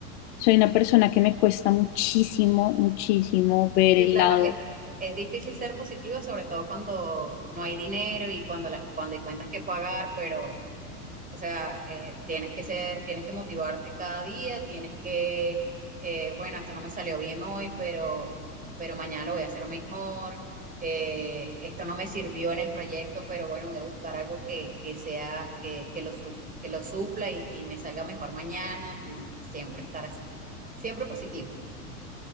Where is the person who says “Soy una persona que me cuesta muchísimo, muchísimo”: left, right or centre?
Left